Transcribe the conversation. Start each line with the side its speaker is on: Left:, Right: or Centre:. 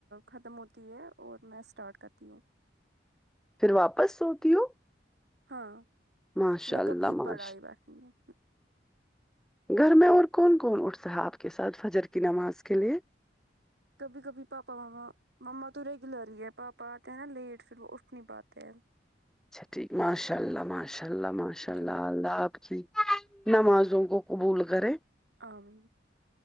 Right: ختم ہوتی ہے اور میں اسٹارٹ کرتی ہوں
Centre: پھر واپس سوتی ہو
Right: ہاں
Centre: ماشاء اللہ
Right: کبھی
Centre: ماش
Right: پڑائ بیٹتی ہوں
Centre: گھر میں اور کون کون اٹھتا ہے آپ کے ساتھ فجر کی نماز کے لیے
Right: کبھی کبھی پاپا مما مما تو ریگولر ہی ہے پاپا آتے ہیں نا لیٹ فیر وہ اٹھ نہیں پاتے
Centre: اچھا ٹھیک ماشاء اللہ ماشاء اللہ ماشاء اللہ
Right: جی
Centre: الله آپ کی نمازوں کو قبول کریں
Right: آمین